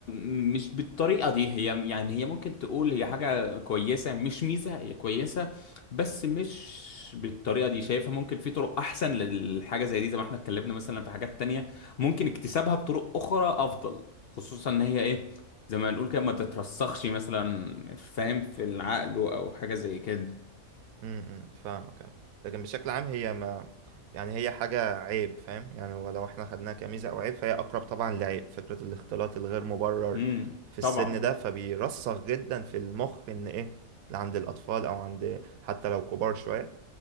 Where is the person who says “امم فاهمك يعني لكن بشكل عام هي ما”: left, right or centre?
Right